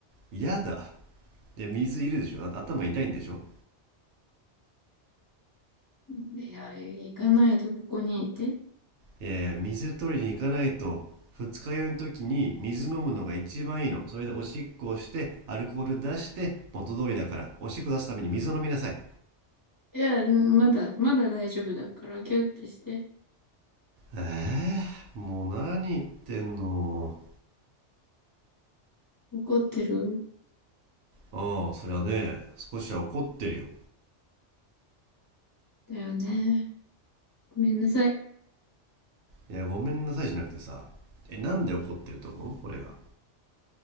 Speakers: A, on the right; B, on the left.
A: 嫌だ。いや、水いるでしょだって頭痛いんでしょ
B: いや、行かないでここにいて。
A: いやいや、水取りに行かないと、二日酔いの時に水飲むのが一番いいの。それでおしっこをして、アルコール出して、元通りだから、おしっこ出すために水を飲みなさい。
B: いや、まだ、まだ大丈夫だから、ギュッてして。
A: ええー、もう何言ってんの。
B: 怒ってるん
A: ああ、そりゃね、少しは怒ってるよ。
B: だよね。ごめんなさい。
A: いやごめんなさいじゃなくてさえなんで怒ってると思う俺が